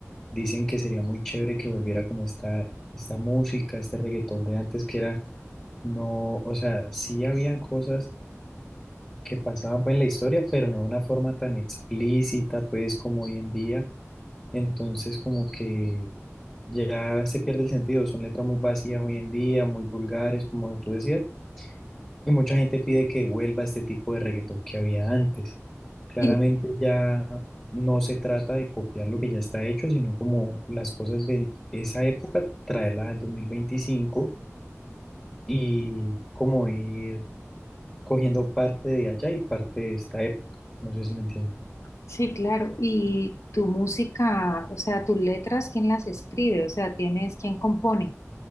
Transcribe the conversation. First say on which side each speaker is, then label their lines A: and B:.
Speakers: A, on the left; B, on the left.
A: dicen que sería muy chévere que volviera como esta, esta música, este reggaetón de antes que era, no, o sea, sí habían cosas que pasaban pues en la historia, pero no de una forma tan explícita pues como hoy en día. Entonces como que ya se pierde el sentido, son letras muy vacías hoy en día, muy vulgares, como tú decías, y mucha gente pide que vuelva este tipo de reggaetón que había antes. Claramente
B: Y
A: ya no se trata de copiar lo que ya está hecho, sino como las cosas de esa época, traerlas al 2025 y como ir cogiendo parte de allá y parte de esta época. No sé si me entiendes.
B: Sí, claro. ¿Y tu música, o sea, tus letras, quién las escribe? O sea, tienes quién compone.